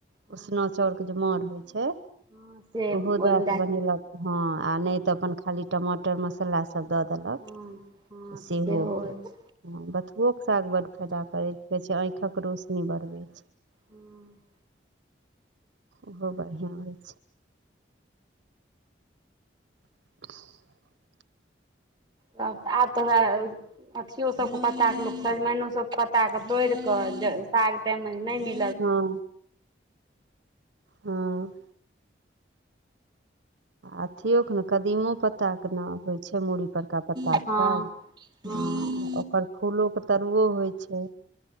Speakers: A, on the right; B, on the right.
A: हँ
B: उसना चाउरके जे मांर होइ छै
A: हँ से
B: ओहो
A: ओहिमे
B: दए कऽ बनेलक हँ
A: हँ
B: आ नहि तऽ अपन खाली टमाटर मसाला सभ दऽ देलक
A: हँ हँ
B: सेहो भेल
A: होइ छै
B: हँ बथुओके साग बड्ड फायदा करै छै कहै छै आँखिक रोशनी बढ़बै छै
A: हुँ
B: ओहो बढ़िआँ होइ छै <inaudible>
A: तब आब तऽ उहे अथियो सबके पत्ता कऽ लोक सजमनिनो सभ पत्ता कऽ तोड़ कऽ साग टाइम मे नहि मिल
B: हँ हँ अथियो के ने कदीमो पत्ताके ने होइ छै मुड़ी परका पत्ताक
A: हँ
B: साग
A: हँ
B: हॅं ओकर फूलोके तरुओ होइ छै